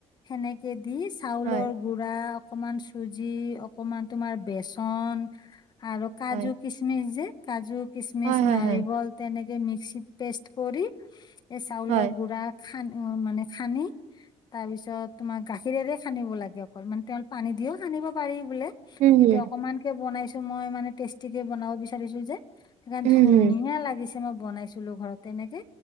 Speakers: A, on the left; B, on the right.
A: সেনেকে দি চাউলৰ
B: হয়
A: গুৰা অকমান চুজি অকমান তোমাৰ বেচন আৰু কাজু
B: হয়
A: কিচমিচ যে কাজু কিচমিচ
B: হয় হয়
A: নাৰিকল
B: হয়
A: তেনেকে মিক্সিত পেষ্ট কৰি এই চাউলৰ
B: হয়
A: গুড়া খান্ মানে খান্দি তাৰ পিছত তোমাৰ গাখিৰেৰে খানিব লাগে অকল মানে তেওঁল পানী দিও খানিব পাৰি বোলে
B: উম
A: কিন্তু
B: হুম
A: অকমান কে বনাইছো মই মানে টেষ্টিকে বনাব বিচাৰিছো যে সেইকাৰণ
B: উম
A: ধুনীয়া
B: হুম
A: লাগিছে মই বনাইছিলো ঘৰত তেনেকে